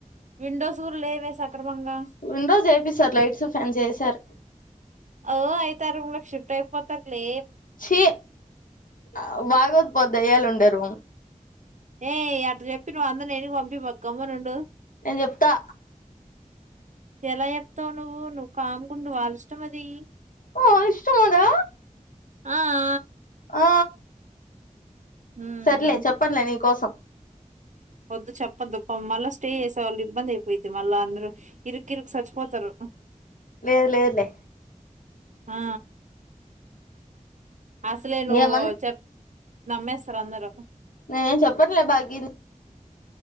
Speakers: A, on the right; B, on the left.
A: విండోస్ కూడా లేవే సక్రమంగా
B: విండోస్ చేపిస్తారు లైట్స్ ఫ్యాన్ చేస్ తారు
A: ఓ అయితే ఆ రూమ్ లకు షిఫ్ట్ అయిపోతర్లే
B: చి అ బాగోద్ పో దయ్యాలుండరు
A: ఏ అటు చెప్పి నువ్వు అంద నేను పంపి మాకు గమ్మనుండు
B: నేను చెప్తా
A: ఎలా చెప్తావు నువ్వు నువ్వు కామ్కుండు వాళ్ళష్టం అది
B: ఆహ్ ఇష్టముందా.
A: ఆ ఆ
B: ఆ
A: ఉమ్
B: సరేలే చెప్పన్ లే నీ కోసం
A: వద్దు చెప్పద్దుప్ప మళ్ళా స్టే చేసే వాళ్ళు ఇబ్బంది అయిపోయిద్ది మళ్ళా అందరు ఇరుకు ఇరుకు సచ్చిపోతారు
B: లేదు లేదులే
A: ఆ అసలే నువ్వు
B: ఏమంది
A: చెప్ నమ్మేస్తారు అందరు
B: నేనేం చెప్పనులే భాగి